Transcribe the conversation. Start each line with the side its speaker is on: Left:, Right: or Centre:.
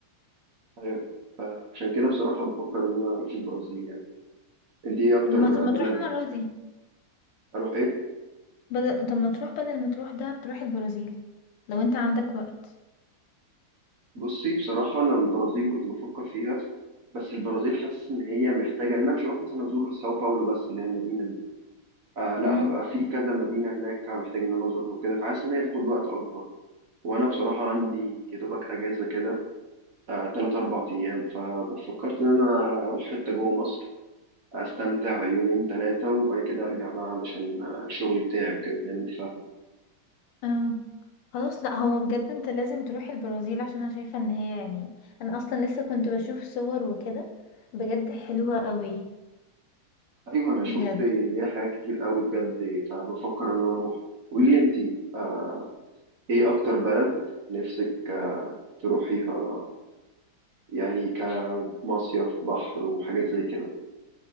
Right: ايوه فعشان كده بصراحة بفكر إن أنا أروح البرازيل يعني أنت إيه أكتر
Left: طب ما طب ما
Right: بلد
Left: تروح المرة دي
Right: اروح ايه
Left: بدل طب ما تروح بدل ما تروح دهب تروح البرازيل لو انت عندك وقت
Right: بصي بصراحه انا البرازيل كنت بفكر فيها بس البرازيل حاسس ان هي محتاجه ان انا مش هروح مثلا ازور ساو باولو بس اللي هي المدينه دي آه لا
Left: امم
Right: هبقى في كذا مدينه هناك محتاج ان انا ازورها وكده فحاسس ان هي تاخد وقت اكبر وانا بصراحه عندي يا دوبك اجازه كده آه تلات اربع ايام فكنت فكرت ان انا اروح حته جوه مصر استمتع يومين ثلاثه وبعد كده ارجع بقى علشان آه، الشغل بتاعي وكده زي ما انت فاهمه
Left: اه خلاص لا هو بجد انت لازم تروح البرازيل عشان انا شايفة ان هي يعني انا اصلا لسه كنت بشوف صور وكده بجد حلوة قوي
Right: ايوه انا
Left: بجد
Right: شفت ليها حاجات كتير قوي بجد فبفكر ان انا اروح قولي لي انت آه، ايه اكتر بلد نفسك آه، تروحيها يعني كمصيف بحر وحاجات زي كده